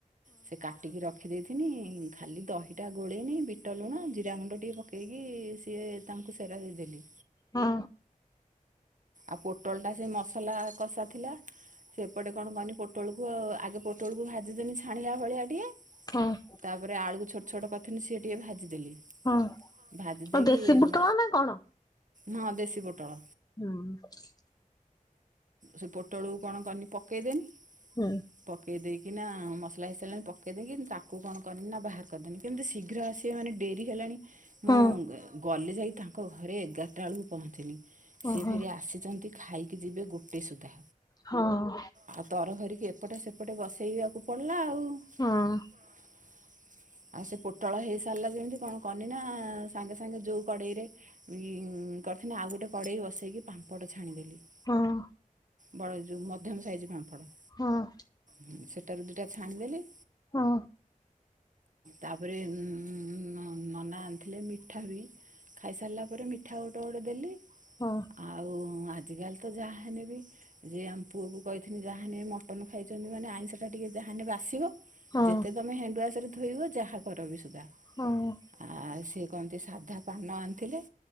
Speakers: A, on the right; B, on the left.
A: ସେ କାଟିକି ରଖିଦେଇଥିନି ଖାଲି ଦହିଟା ଗୋଳେଇନି ବିଟ ଲୁଣ ଜିରା ଗୁଣ୍ଡ ଟିକେ ପ କେଇକି ସିଏ ତାଙ୍କୁ ସେରା ଦେଇଦେଲି।
B: ହଁ
A: ଆଉ ପୋଟଳ ଟା ସେ ମସଲା କଷା ଥିଲା। ସେପଟେ କଣ କହନି ପୋଟଳକୁ ଆଉ ଆଗେ ପୋଟଳକୁ ଭାଜିଦନି ଛାଣିଲା ଭଳିଆ ଟିକେ।
B: ହଁ
A: ତାପରେ ଆଳୁକୁ ଛୋଟ ଛୋଟ କଥାିନି ସିଏ ଟିକେ ଭାଜିଦେଲି।
B: ହଁ,
A: ଭାଜି
B: ଆଉ
A: ଦେଇକି
B: ଦେଶୀ ବୁଟଲ
A: ମ
B: ନା କଣ?
A: ହଁ ଦେଶୀ ପୋଟଳ।
B: ହୁଁ
A: ସେ ପୋଟଳକୁ କଣ କରିନି ପକେଇଦେନି।
B: ହୁଁ
A: ପକେଇ ଦେଇକି ନା ମ ସାଇ ସିଲାଣି ପେଇଦେଇକି ତାକୁ କଣ କରିନି ନା ବାହାର କରିଦେନି କେମିତି ଶୀଘ୍ର ଆସିବୋନେ ଡେରି ହେଲାଣି। ମୁଁ
B: ହଁ
A: ଗଲେ ଯାଇକ ତାଙ୍କ ଘରେ ଏଗାର ୋଟାବେଳକୁ ପହଞ୍ଚିଲି ସେ
B: ଓହୋ
A: ଫେରି ଆସିଛନ୍ତି ଖାଇକି ଯିବେ ଗୋଟେ ସୁଦ୍ଧା
B: ହଁ
A: ଆଉ ତର ଭରିକି ଏପଟେ ସେପଟେ ବସେଇବାକୁ ପଡିଲା ଆଉ।
B: ହଁ
A: <inaudible> ଆଉ ସେ ପୋଟଳ ହେଇ ସାରିଲା ଯେମିତି କଣ କନି ନା ସାଙ୍ଗେ ସାଙ୍ଗେ ଯୋଉ କଡେଇରେ। ଉ କରିଥିଲି ଆଉ ଗୋଟେ କଡେଇ ବସେଇକି ପାମ୍ପଡ଼ ଛାଣିଦେଲି।
B: ହଁ
A: ବଡ଼ ଯଉ ମଧ୍ୟମ ସାଇଜ୍ ପାମ୍ପଡ
B: ହଁ
A: ହଁ ସେଟାରୁ ଦିଟା ଛାଣିଦେଲି।
B: ହଁ
A: ତାପରେ ଉଁ ଉଁ ନି ନନା ଆଣିଥିଲେ ମିଠା ବି ଖାଇସାରିଲା ପରେ ମିଠା ଗୋଟେ ଗୋଟେ ଦେଲି
B: ହଁ
A: ଆଉ ଆଜିକାଲିତ ଯାହା ହେନେବି। ଯେ ଆମ ପୁଅକୁ କହିିଥିନି ଯାହା ହେନେ ମଟନ ଖାଇଚନ୍ତି ମାନେ ଆଇଁଷଟା ଟିକିଏ ଯାହାନେ ବାସିବ
B: ହଁ
A: ଯେତେ ତମେ ହ୍ୟାଣ୍ଡୱାସରେ ଧୋଇବ ଯାହା କରବି ସୁଧା।
B: ହଁ।
A: ଆ ସିଏ କଣତି ସାଧାପାନ ଆଣିଥିଲେ?